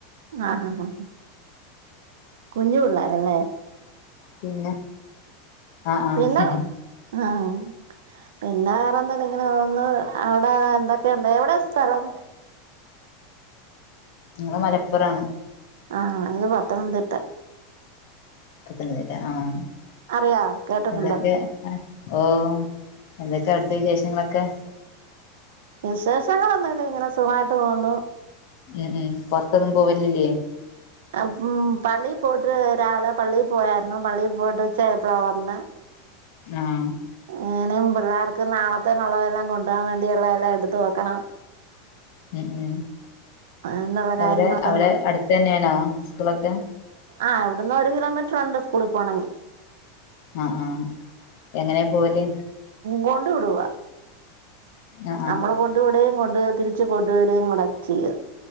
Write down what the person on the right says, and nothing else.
ആഹ് ആഹ് ആഹ് കുഞ്ഞു പിള്ളേരല്ലേ
പിന്നെ ആഹ് പിന്നെ വേറെ എന്തെല്ലാം ഇങ്ങനെ ഒന്ന് അവടെ എന്തൊക്കെയുണ്ട് എവ്ടെ സ്ഥലം
ആഹ് ആഹ് എന്റെത് പത്തനംതിട്ട.
അറിയാവോ കേട്ടിട്ടുണ്ടോ
വിശേഷങ്ങളൊന്നില്ല ഇങ്ങനെ സുഖായിട്ട് പോകുന്നു.
ഹ്മ്മ് പള്ളി പോട്ട് രാവിലെ പള്ളി പോയായിരുന്നു പള്ളി പോട്ട് ഉച്ചായപ്പളാ വന്നെ
എങ്ങനിം പിള്ളേർക്ക് നാളെത്തേനുള്ളതെല്ലാം കൊണ്ടാവാൻ വേണ്ടിയുള്ളതെല്ലാം എടുത്ത് വെക്കണം
എന്നുള്ള കാര്യങ്ങളൊക്കെ
ഒന്ന്
ആഹ് ഇവട്ന്ന് ഒര് കിലോമീറ്ററ്ണ്ട് സ്കൂളിൽ പോണെങ്കി
കൊണ്ട് വിടുവാ,
നമ്മള്
കൊ ഇവടെയും കൊണ്ട് തിരിച്ച് കൊണ്ട് വരുകയും കൂടെയാ ചെയ്യാ